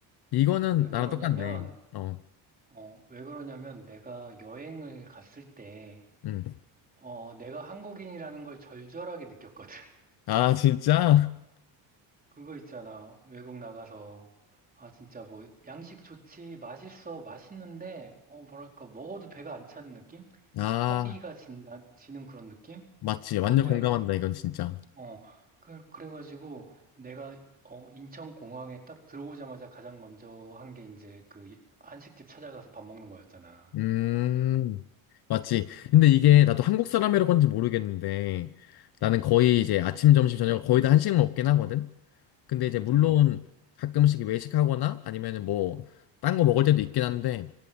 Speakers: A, on the left (about 50°); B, on the right (about 20°).
A: 이거는
B: 왜
A: 나랑
B: 그러냐면
A: 똑같네. 어,
B: 어, 왜 그러냐면 내가 여행을 갔을 때,
A: 음.
B: 어, 내가 한국인이라는 걸 절절하게 느꼈거든. <laughs>
A: 아, 진짜?
B: 그거 있잖아. 외국 나가서. 아, 진짜 뭐, 양식 좋지, 맛있어, 맛있는데, 어, 뭐랄까, 먹어도 배가 안 차는 느낌?
A: 아,
B: 허기가 진다, 지는 그런 느낌?
A: 맞지. 완전
B: 뭔지
A: 공감한다,
B: 알지?
A: 이건 진짜.
B: 어, 그, 그래가지고 내가, 어, 인천공항에 딱 들어오자마자 가장 먼저 한 게 이제 그 한식집 찾아가서 밥 먹는 거였잖아.
A: 음, 맞지. 근데 이게 나도 한국 사람이라고 하는지 모르겠는데 나는 거의 이제 아침, 점심, 저녁 거의 다 한식 먹긴 하거든? 근데 이제 물론
B: 음,
A: 가끔씩 외식하거나 아니면은 뭐, 딴 거 먹을 때도 있긴 한데